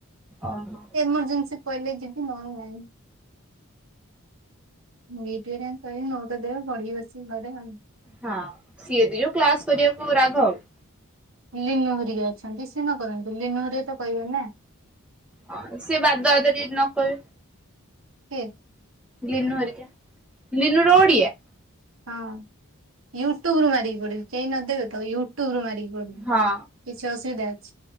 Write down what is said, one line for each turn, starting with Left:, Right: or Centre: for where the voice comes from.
Centre: ଓହୋ।
Right: ଏମର୍ଜେନ୍ସି କହିଲେ ଯିବି ନହେଲେ ନାହିଁ। ବିୟୁଟି ହେରିଆଙ୍କୁ କହିବି ନୋଟ୍ ଦେବେ ପଢ଼ିବି ବସିକି ଘରେ ଆଉ।
Centre: ହଁ ସିଏ ବି ଯୋଉ କ୍ଲାସ୍ କରିବାକୁ <unintelligible>
Right: ଲିନୁ ହେରିଆ ଅଛନ୍ତି ସି ନ କରନ୍ତୁ ଲିନୁ ହେରିଆ ତ କହିବେ ନାଁ।
Centre: ହଁ ସେ ବାଦ ବାଦ ଯଦି ନ କହିବେ।
Right: <unintelligible>
Centre: ଲିନୁ ହେରିକା ଲିନୁ ର ଓଡ଼ିଆ।
Right: ହଁ ୟୁଟ୍ୟୁବ୍ ରୁ ମାରିକି ପଢ଼ିବି କେହି ନଦେବେ ତ ୟୁଟ୍ୟୁବ୍ ରୁ ମାରି <unintelligible>
Centre: ହଁ
Right: କିଛି ଅସୁବିଧା ଅଛି?